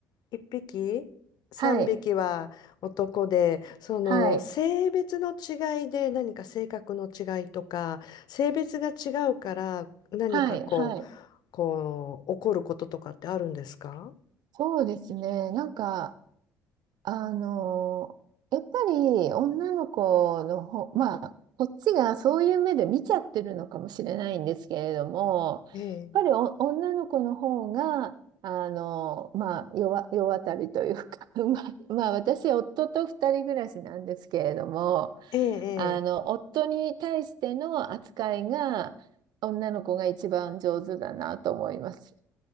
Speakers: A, on the left (about 55°); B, on the right (about 60°).
A: 一匹、三匹は男で、
B: はい。
A: その性別の違いで何か性格の違いとか、
B: はい。
A: 性別が違うから何かこう、
B: はい。はい。
A: こう、起こることとかってあるんですか
B: そうですね。なんか、あの、やっぱり女の子のほまあ、こっちがそういう目で見ちゃってるのかもしれないんですけれども、
A: ええ、
B: やっぱりお女の子の方が、あの、まあ、世わ、世渡りというか、<laughs> まあ、まあ、私、夫と二人暮らしなんですけれども、
A: ええ、ええ。
B: あの、夫に対しての扱いが、女の子が一番上手だなと思います。